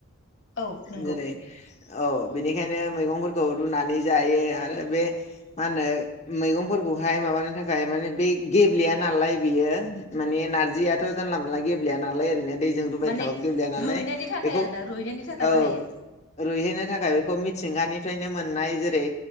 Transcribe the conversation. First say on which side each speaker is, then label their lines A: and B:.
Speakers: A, on the left; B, on the left.
A: औ नंगौ
B: जेरै औ बेनिखायनो मैगंफोरखौ रुनानै जायो आरो बे मा होनो मैगंफोरखौहाय माबानो थाखाय माने बे गेब्लेया नालाय बियो माने नारजियाथ जानला मोनानला गेब्लेया नालाय ओरैनो दैजों रुबाय
A: माने
B: थाबाबो गेब्लेया नालाय
A: रुइनायनि थाखाय
B: बेखौ
A: आरो ना रुइनायनि थाखाय
B: औ
A: बाहायो
B: रुइहैनो थाखाय बेखौ मिथिंगानिफ्रायनो मोननाय जेरै